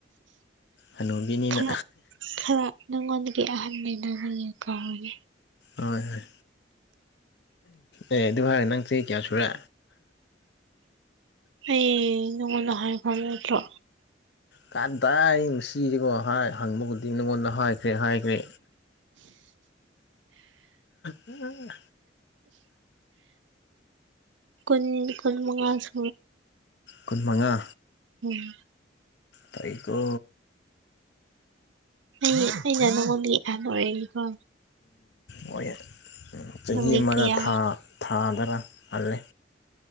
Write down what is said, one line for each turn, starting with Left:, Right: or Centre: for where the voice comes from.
Left: ꯍꯅꯨꯕꯤꯅꯤꯅ
Right: ꯈꯔ ꯈꯔ ꯅꯪꯉꯣꯟꯗꯒꯤ ꯑꯍꯥꯟꯕ ꯂꯩꯅ ꯌꯦ ꯀꯥꯦ
Left: ꯍꯣꯏ ꯍꯣꯏ ꯑꯦ ꯑꯗꯨꯚꯥꯔ ꯅꯪ ꯆꯦ ꯀꯌꯥ ꯁꯨꯔ
Right: ꯑꯩ ꯅꯪꯉꯣꯟꯗ ꯍꯥꯏꯈ꯭ꯔꯕ ꯅꯠꯇ꯭ꯔꯣ
Left: ꯀꯗꯥꯏ ꯁꯤꯁꯤꯀꯣ ꯍꯥꯏ ꯍꯪꯕꯕꯨꯗꯤ ꯅꯪꯉꯣꯟꯗ ꯍꯥꯏꯈ꯭ꯔꯦ ꯍꯥꯏꯈ꯭ꯔꯦ ꯎ
Right: ꯀꯨꯟ ꯀꯨꯟ ꯃꯉꯥꯁꯦ
Left: ꯀꯨꯟ ꯃꯉꯥ
Right: ꯎꯝ
Left: ꯇꯈ
Right: ꯑꯩ ꯑꯩ ꯣ ꯑꯅꯔꯦꯀꯣ
Left: ꯍꯣꯏ ꯆꯍꯤ
Right: ꯅꯪꯗꯤ
Left: ꯑꯃꯗ
Right: ꯀꯌꯥ
Left: ꯊꯥ ꯊꯥꯗꯔ ꯃꯥꯜꯂꯦ